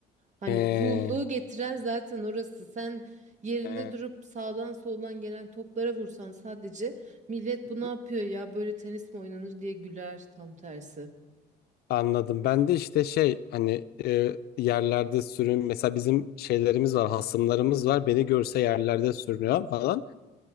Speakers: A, on the right; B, on the left.
A: Hani
B: ee,
A: cool'luğu getiren zaten orası. Sen yerinde
B: ee,
A: durup sağdan soldan gelen toplara vursan sadece millet bu ne
B: hı.
A: yapıyor ya böyle tenis mi oynanır diye güler tam tersi.
B: Anladım. Ben de işte şey hani e, yerlerde sürün mesela bizim şeylerimiz var, hasımlarımız var. Beni görse yerlerde sürünüyor falan.